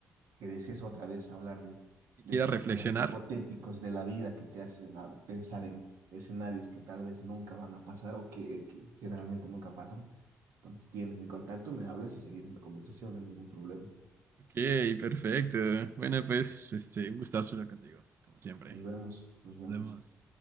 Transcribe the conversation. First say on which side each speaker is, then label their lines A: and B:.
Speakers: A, on the right (about 80°); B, on the right (about 45°).
A: que desees otra vez hablar de,
B: Que
A: de
B: quiera
A: esos
B: reflexionar.
A: temas hipotéticos de la vida que te hacen ah, pensar en escenarios que tal vez nunca van a pasar o que, que generalmente nunca pasan. Entonces tienes mi contacto, me hablas y seguimos la conversación, no hay ningún problema.
B: Ok, perfecto. Bueno, pues, este, un gustazo hablar contigo, como siempre.
A: Nos vemos, nos vemos.
B: Nos vemos.